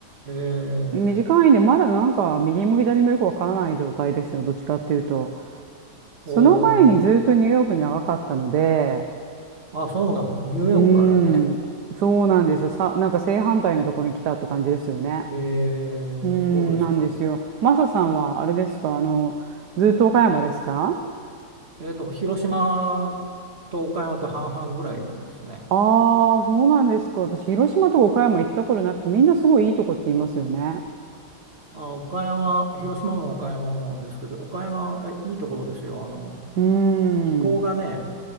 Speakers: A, on the right (about 35°); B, on the right (about 70°).
A: ええ
B: 短いね、まだなんか右も左もよくわからない状態ですよ、どっちかっていうと。
A: おー
B: その前にずっとニューヨークに長かったので、
A: あ、そうなんです。ニューヨークからね。
B: うーん、そうなんですよ。さ、なんか正反対のところに来たって感じですよね。
A: ええそうですか。
B: うーん、なんですよ。マサさんはあれですか、あの、ずっと岡山ですか
A: えっと、広島と岡山と半々ぐらいですね。
B: ああー、そうなんですか。私、広島とか岡山行ったことなくて、みんなすごいいいとこって言いますよね。
A: あ、岡山、広島も岡山もですけど、岡山、えいいところですよ。あの、
B: うーん、
A: 気候がね、